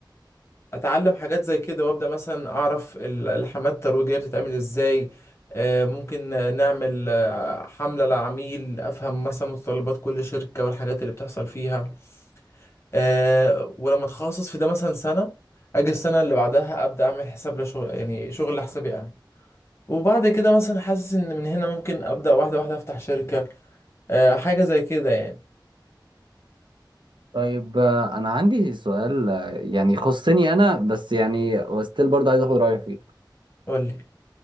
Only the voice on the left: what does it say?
اتعلم حاجات زي كده وابدا مثلا اعرف ال- الحملات الترويجيه بتتعمل ازاي آه، ممكن آه، نعمل آه، حمله لعميل افهم مثلا متطلبات كل شركه والحاجات اللي بتحصل فيها آه، ولما اتخصص في ده مثلا سنه اجي السنه اللي بعدها ابدا اعمل حساب لشغل يعني شغل لحسابي انا وبعد كده مثلا حاسس ان من هنا ممكن ابدا واحده واحده افتح شركه آه، حاجه زي كده يعني
قول لي